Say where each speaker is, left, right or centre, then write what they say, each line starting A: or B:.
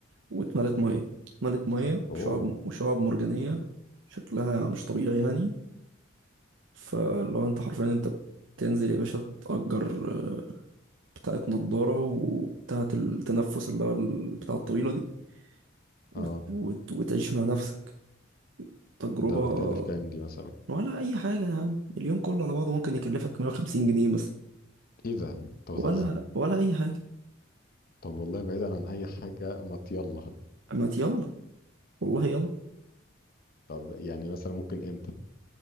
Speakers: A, on the right; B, on the left.
A: واتملت مية اتملت مية
B: اوه
A: بشعاب وشعاب مرجانية شكلها مش طبيعي يعني فلو انت حرفيا انت بتنزل يا باشا تأجر آه، بتاعة نضارة وبتاعة التنفس اللي هو البتاعة الطويلة دي وت...
B: اه
A: وت... وتعيش مع نفسك تجربة
B: ده بتكلف كام دي مثلا
A: ولا أي حاجة يا عم اليوم كله على بعضه ممكن يكلفك 150 جنيه مثلا
B: ايه ده انت بتهزر
A: ولا ولا أي حاجة
B: طب والله بعيدا عن اي حاجه ما يلا
A: ما يلا والله يلا
B: طب يعني مثلا ممكن امتى